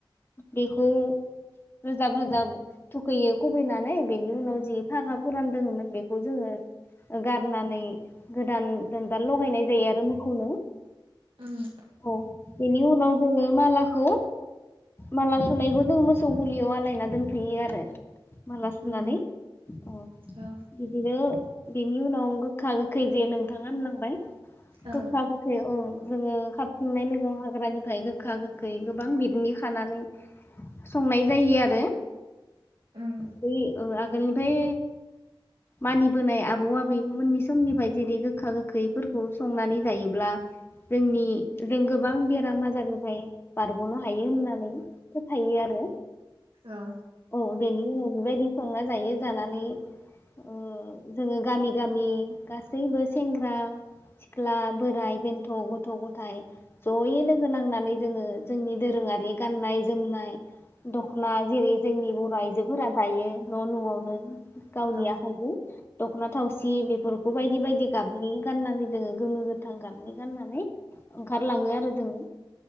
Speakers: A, on the left (about 25°); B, on the right (about 80°).
A: बेखौ रोजाब रोजाब थुखैयो खुबैनानै बेनि उनाव जि फागा फुरान दोङोमोन बेखौ जोङो गारनानै गोदान दोनदाल लगायनाय जायो आरो मोखौनो।
B: उम।
A: औ बेनि उनाव जोङो मालाखौ माला सुनायखौ जों मोसौ गुलियाव आलायना दोनफैयो आरो। माला सोनानै
B: उम
A: अ
B: औ
A: बिदिनो बेनि उनाव गोखा गोखै जे नोंथाङा होनलांबाय गोखा
B: औ
A: गोखै अ। जोङो खाबथिंनाय मेग हाग्रानिफ्राय गोखा गोखै गोबां बिदनि खानानै संनाय जायो आरो,
B: उम
A: ब आगोलनिफ्राय मानिबोनाय आबौ आबैमोननि समनिफ्राय जेरै गोखा गोखैफोरखौ संनानै जायोब्ला जोंनि जों गोबां बेराम आजारनिफ्राय बारग'नो हायो होननानै फोथायो आरो।
B: औ
A: औ बेनि बेबायदि संना जायो जानानै ओ जोंङो गामि गामि गासैबो सेंग्रा सिख्ला बोराइ बेन्थ' गथ' गथायाइ जयै लोगो नांनानै जोंङो जोंनि दोरोंङारि गाननाय जोमनाय दख ना जेरै जोंनि बर' आइजो फोरा दायो न' न'आवनो गावनि
B: औ
A: आखाइजों दख'ना थावसि बेफोरखौ बायदि बायदि गाबनि गाननानै जोङो गोमो गोथां गाबनि गाननानै ओंखारलाङो आरो, जोंङो